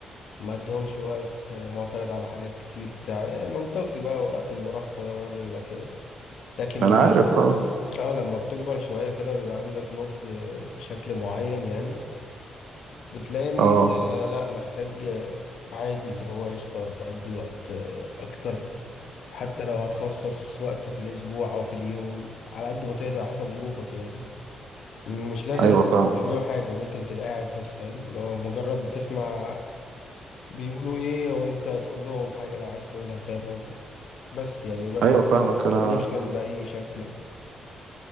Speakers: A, on the left; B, on the right.
A: ما اديهمش وقت آه، معترض على حاجات كتير بتاع يعني منطقي بقى وقت المراهقة ده برضه بيبقى كده لكن
B: انا عارف اه
A: اه لما بتكبر شوية كده بيبقى عندك نضج آه، بشكل معين يعني بتلاقي ان
B: اه
A: انت لا محتاج عادي اللي هو قشطة تقضي وقت اكتر حتى لو هتخصص وقت في الاسبوع او في اليوم على قد ما تقدر على حسب ظروفك يعني مش لازم
B: ايوه فاهم
A: تعملوا حاجة ممكن تبقى قاعد بس فاهم اللي هو مجرد بتسمع بيقولوا ايه وانت تقول لهم حاجة لو عايز تقولها فاهم قصدي بس يعني يبقى
B: ايوه
A: في
B: فاهمك انا
A: كونكشن بأي شكل يعني.